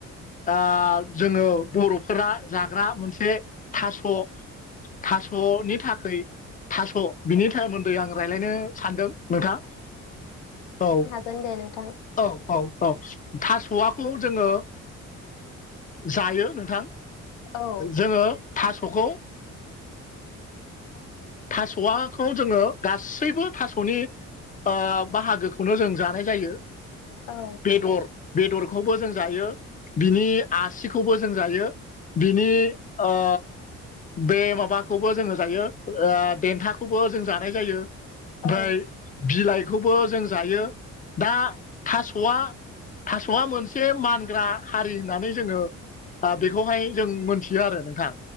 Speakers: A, on the left (about 30°); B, on the left (about 85°).
A: ओ जोङो बर'फोरा जाग्रा मोनसे थास' थास'नि थाखाय थास' बिनि सोमोन्दै आं रायज्लायनो सानदों। नोंथां औ।
B: होनदो नोंथां।
A: औ औ औ थास'वाखौ जोङो जायो नोंथां।
B: औ
A: जोङो थास'खौ थास'वआखौ जोङो गासैबो थास'नि ओ बाहागोखौनो जों जानाय जायो।
B: औ
A: बेदर बेदरखौबो जों जायो बिनि आसिखौबो जों जायो। बिनि ओ बे माबाखौबो जोङो जायो देन्थाखौबो जों जानाय जायो। ओमफ्राय
B: औ
A: बिलाइखौबो जों जायो दा थास'आ थास'आ मोनसे मानग्रा हारि होननानै जोङो बेखौहाय जों मोनथियो आरो नोंथां